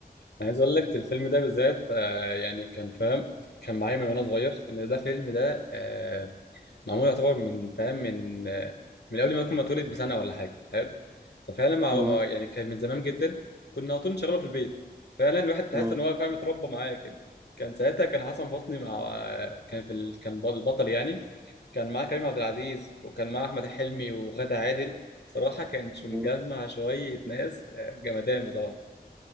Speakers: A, on the left (about 80°); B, on the right (about 20°).
A: انا عايز اقول لك الفيلم ده بالذات آه يعني كان فاهم كان معايا من وانا صغير لان ده فيلم ده آه معمول يعتبر من فاهم من آه من قبل ما اكون متولد بسنه ولا حاجه حلو ففعلا مع
B: مم،
A: مع- يعني كان من زمان جدا كنا على طول نشغله في البيت فعلا الواحد تحس
B: مم،
A: ان هو فاهم اتربى معايا كده كان ساعتها كان حسن حسني مع كان في ال... كان البطل يعني كان معاه كريم عبد العزيز وكان معاه احمد حلمي وغادة عادل صراحه كان شو-
B: مم،
A: مجمع شويه ناس آه، جمدان بصراحه